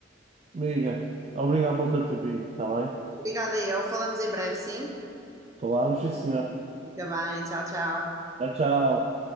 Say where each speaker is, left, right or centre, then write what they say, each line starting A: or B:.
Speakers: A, on the right; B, on the right.
A: amiga, obrigado pelo teu tempinho, está bem?
B: Obrigada, eu. Falamos em breve, sim?
A: Falámos, sim, senhor.
B: Fica bem. Tchau, tchau.
A: Tchau, tchau.